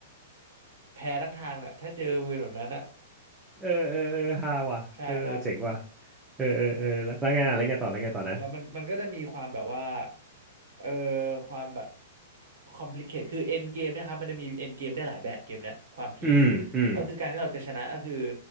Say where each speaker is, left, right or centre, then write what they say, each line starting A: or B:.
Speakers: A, on the right (about 65°); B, on the right (about 15°).
A: แพ้ทั้งทางน่ะถ้าเจอวืนแบบนั้นน่ะ
B: เออเออเออฮาว่ะเออเออเจ๋งว่ะ
A: ใช่ครับ
B: เออเออเออแล้วแล้วไงอ่ะแล้วไงต่อแล้วไงต่อนะ
A: แล้วมันมันก็ได้มีความแบบว่าเอ่อความแบบคอมพลีเคทคือเอ็นเกมเนี่ยครับมันจะมีเอ็นเกมได้หลายแบบเกมเนี้ยความพีค
B: อืมอืม
A: ก็คือการที่เราจะชนะก็คือ